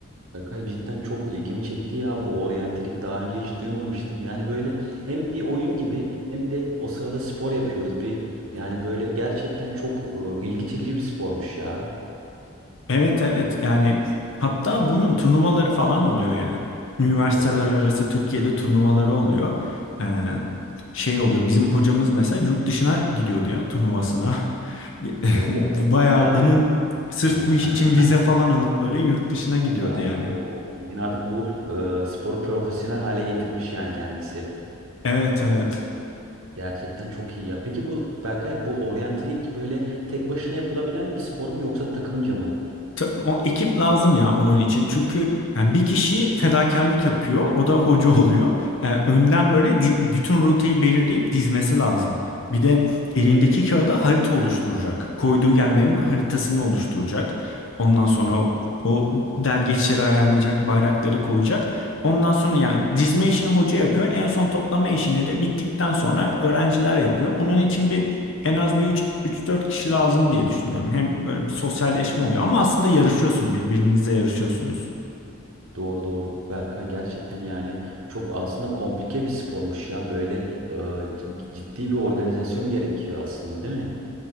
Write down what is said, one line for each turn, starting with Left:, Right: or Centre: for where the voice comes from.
Right: Berkay cidden çok ilgimi çekti ya bu oryantalik daha önce hiç duymamıştım. Yani böyle hem bir oyun gibi hem de o sırada spor yapıyoruz. Bir yani böyle gerçekten çok e, ilgi çekici bir spormuş ya.
Left: Evet evet yani hatta bunun turnuvaları falan oluyor yani. Üniversiteler
Right: O o,
Left: arası Türkiye'de turnuvaları oluyor. Ee, şey oluyor bizim hocamız mesela yurt dışına gidiyordu ya turnuvasına. <laughs>
Right: o,
Left: Bayağı
Right: o kadar kendini
Left: bunun sırf
Right: o,
Left: bu iş
Right: <laughs>
Left: için vize falan alıp böyle yurt dışına gidiyordu
Right: o kadar
Left: yani.
Right: o bilgin artık bu e, sporu profesyonel hale getirmiş yani kendisi.
Left: Evet evet.
Right: Gerçekten çok iyi ya. Peki bu Berkay bu oryantering böyle tek başına yapılabilen bir spor mu yoksa takımca mı?
Left: Ta- O ekip lazım ya onun için. Çünkü e, bir kişi fedakarlık yapıyor. O da hoca <laughs> oluyor. E, önden böyle di- bütün rotayı belirleyip dizmesi lazım. Bir de elindeki kağıda harita oluşturacak. Koyduğu yerlerin haritasını oluşturacak. Ondan sonra
Right: Evet.
Left: o, o delgeçleri ayarlayacak, bayrakları koyacak. Ondan sonra yani dizme işini hoca yapıyor. En son toplama işini de bittikten sonra öğrenciler yapıyor. Onun için bir en az bir 3, 3-4 kişi lazım diye düşünüyorum. Hem böyle bir sosyalleşme oluyor ama aslında yarışıyorsun birbirinizle yarışıyorsunuz.
Right: Doğru doğru Berkay gerçekten yani çok aslında komplike bir spormuş ya böyle e, c- ciddi bir organizasyon gerekiyor aslında değil mi?